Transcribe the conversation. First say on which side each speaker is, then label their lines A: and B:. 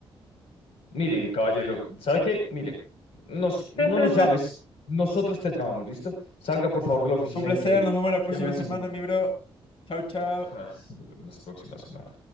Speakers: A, on the left; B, on the left.
A: Mire, caballero, ¿sabe qué? Mire, nos, no
B: <laughs>
A: nos llames. Nosotros te llamamos, ¿listo? Salga, por favor, de la oficina
B: Un placer,
A: y que
B: nos vemos la próxima
A: llame al
B: semana,
A: siguiente.
B: mi
A: <laughs>
B: bro. Chao, chao.
A: Ah, sí, nos vemos la próxima semana.